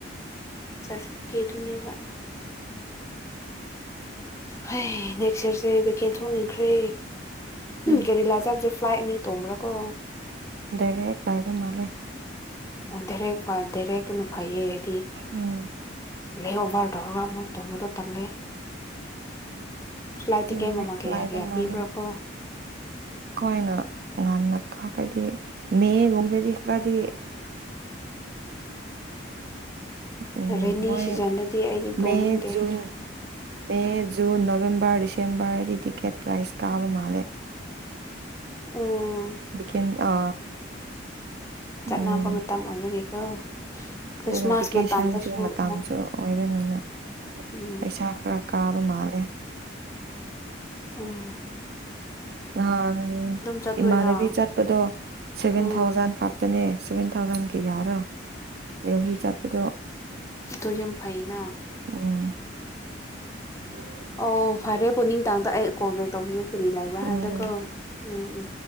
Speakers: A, on the left (about 15°); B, on the right (about 50°).
A: ꯁꯥꯔꯇꯤꯐꯤꯀꯦꯠꯇꯨꯅꯦꯕ ꯍ ꯅꯦꯛꯁ ꯏꯔꯁꯦ ꯚꯦꯀꯦꯟ ꯊꯣꯛꯅꯤꯡꯈ꯭ꯔꯦ
B: ꯎꯝ
A: ꯀꯔꯤ ꯂꯖꯥꯕ꯭ꯔꯦ ꯐ꯭ꯂꯥꯏꯠꯅꯤ ꯇꯣꯡꯃ꯭ꯔꯀꯣ
B: ꯗꯔꯦ ꯥꯏꯕꯣꯟ ꯃꯥꯂꯦ
A: ꯑꯣꯔ ꯐ ꯗꯦꯔꯅ ꯐꯥꯏꯌꯦ ꯇ
B: ꯎꯝ
A: ꯂꯦꯑꯣꯚꯔ ꯇꯧꯔꯒ ꯑꯃꯨꯛ ꯇꯣꯡꯕꯗꯣ ꯇꯜꯂꯦ ꯐ꯭ꯂꯥꯏꯠ ꯇꯤ
B: ꯗꯥꯏꯔꯦꯛ
A: ꯀꯩ ꯃꯃꯥꯡꯒꯦ
B: ꯂꯥꯏꯕ
A: ꯌꯥꯒꯦꯌꯥ
B: ꯃꯥꯜꯂꯦ
A: ꯄꯤꯕ꯭ꯔꯥ ꯀꯣ
B: ꯈꯣꯏꯅ ꯉꯟꯅ ꯈꯥꯈꯗꯤ ꯃꯒꯨꯝꯕꯗꯗꯤ ꯈꯔꯗꯤ ꯎ
A: ꯔꯦꯅꯤ
B: ꯃ
A: ꯁꯤꯖꯟꯗꯗꯤ ꯑꯩꯗꯤ ꯇꯣꯡꯅꯤꯡꯗꯦ
B: ꯃꯦ ꯖꯨꯟ ꯃꯦ ꯖꯨꯟ ꯅꯕꯦꯦꯝꯕꯔ ꯆꯦꯝꯕꯔꯗꯤ ꯇꯤꯛꯀꯦꯠ ꯄ꯭ꯔꯥꯏꯁ ꯀꯥꯕ ꯃꯥꯜꯂꯦ
A: ꯑꯣ
B: ꯚ ꯑ
A: ꯆꯠꯅꯕ
B: ꯎꯝ
A: ꯃꯇꯝ ꯑꯣꯏꯕꯒꯤꯀꯣ ꯈ꯭ꯔꯤꯁꯃꯥꯁ
B: ꯑꯗꯨꯒ ꯚꯤꯀꯦꯁꯟꯁꯨ
A: ꯃꯇꯝꯗꯁꯨ
B: ꯃꯇꯝꯁꯨ
A: ꯑꯃꯨꯛ
B: ꯑꯣꯏꯕ ꯅꯣꯏꯅ
A: ꯎꯝ
B: ꯄꯩꯁꯥ ꯈꯔ ꯀꯥꯕ ꯃꯥꯜꯂꯦ
A: ꯑꯥ
B: ꯅꯍꯥꯟ
A: ꯆꯠꯇꯣꯏꯔꯣ
B: ꯏꯃꯥꯟꯅꯕꯤ ꯆꯠꯄꯗꯣ ꯁꯚꯦꯟ
A: ꯎꯝ
B: ꯊꯥꯎꯖꯟ ꯈꯛꯇꯅꯦ ꯁꯚꯦꯟ ꯊꯥꯎꯖꯟꯒꯤ ꯌꯥꯔ ꯌꯧꯍꯤ ꯆꯠꯄꯗꯣ
A: ꯑꯗꯨ ꯌꯥꯝ ꯐꯩꯅ
B: ꯎꯝ ꯎ
A: ꯑꯣ ꯐꯔꯦ ꯄꯨꯛꯅꯤꯡ ꯇꯥꯡꯗ ꯑꯩ ꯀꯣꯜ ꯕꯦꯛ ꯇꯧꯈꯤꯒꯦ ꯀꯔꯤ ꯂꯩꯕ꯭ꯔꯥ ꯍꯥꯏꯕꯗꯀꯣ
B: ꯎꯝ
A: ꯎꯝ ꯎꯝ